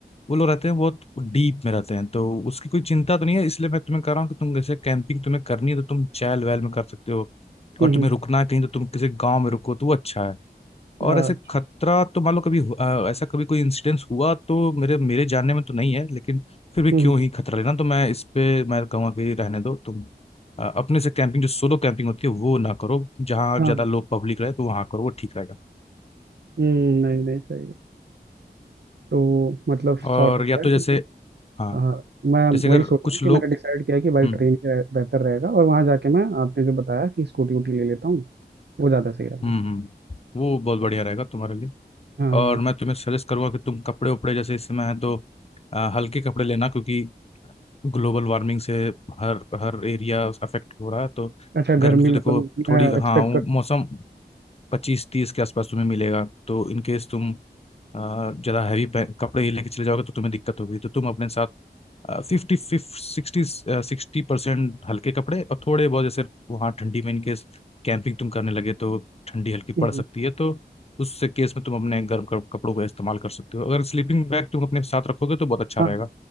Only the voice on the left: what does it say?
वो लोग रहते हैं बहुत डीप में रहते हैं तो उसकी कोई चिंता तो नहीं है इसलिए मैं तुम्हें कह रहा हूँ कि तुम जैसे कैंपिंग तुम्हें करनी है तो तुम चैल वैल में कर सकते हो
और तुम्हें रुकना है कहीं तो तुम किसी गांव में रुको तो वो अच्छा है
और ऐसे
खतरा तो मान लो कभी हु- अ, ऐसा कभी कोई इंसिडेंस हुआ तो मेरे मेरे जानने में तो नहीं है लेकिन फिर भी
क्यों ही खतरा लेना तो मैं इस पे मैं कहूँगा कि रहने दो तुम अ, अपने से कैंपिंग जो सोलो कैंपिंग होती है वो ना करो जहाँ
ज़्यादा
लोग पब्लिक रहे तो वहाँ करो वो ठीक रहेगा
और
या तो जैसे
हाँ
जैसे
अगर
कुछ
लोग
हम्म
हम्म हम्म, वो बहुत बढ़िया रहेगा तुम्हारे लिए
और
मैं तुम्हें सजेस्ट करूंगा कि तुम कपड़े उपड़े जैसे इस समय है तो अ, हल्के कपड़े लेना क्योंकि ग्लोबल वार्मिंग से हर हर एरिया अफेक्ट हो रहा है तो
गर्मी
तो
देखो
थोड़ी
हाँ वो
मौसम पच्चीस तीस के आसपास तुम्हें मिलेगा तो इन केस तुम अ, ज़्यादा हैवी कपड़े ही लेके चले जाओगे तो तुम्हें दिक्कत होगी तो तुम अपने साथ fifty fifty sixty sixty percent हल्के कपड़े और थोड़े बहुत जैसे वहाँ ठंडी में इनके कैंपिंग तुम करने लगे तो ठंडी हल्की पड़
सकती
है तो उस केस में तुम अपने गर्म कप- कपड़ों का इस्तेमाल कर सकते हो अगर स्लीपिंग बैग तुम अपने साथ रखोगे तो बहुत अच्छा
रहेगा